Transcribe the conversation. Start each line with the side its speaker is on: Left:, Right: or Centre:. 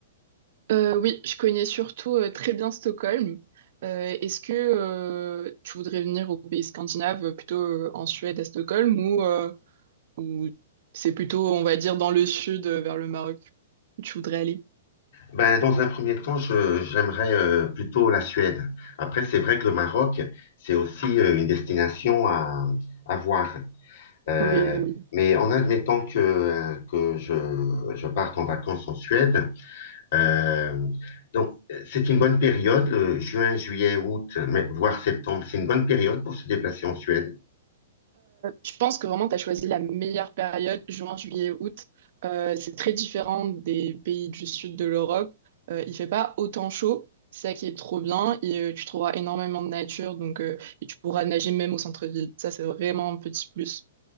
Right: Euh, oui, je connais surtout euh, très bien Stockholm. Euh, est-ce que euh, tu voudrais venir aux pays scandinaves, euh, plutôt euh, en Suède, à Stockholm, ou, euh, ou c'est plutôt, on va dire, dans le sud, euh, vers le Maroc, où tu voudrais aller?
Left: Ben, dans un premier temps, je, j'aimerais euh, plutôt la Suède. Après, c'est vrai que le Maroc, c'est aussi euh, une destination à, à voir. Euh,
Right: Oui, oui,
Left: mais en admettant que, euh, que je, je parte en vacances en Suède, euh, donc, euh, c'est une bonne période, le juin, juillet, août, mais- voire septembre, c'est une bonne période pour se déplacer en Suède.
Right: Je pense que vraiment, tu as choisi la meilleure période, juin, juillet, août. Euh, c'est très différent des pays du sud de l'Europe. Euh, il fait pas autant chaud, c'est ça qui est trop bien. Et euh, tu trouveras énormément de nature, donc, euh, et tu pourras nager même au centre-ville. Ça, c'est vraiment un petit plus.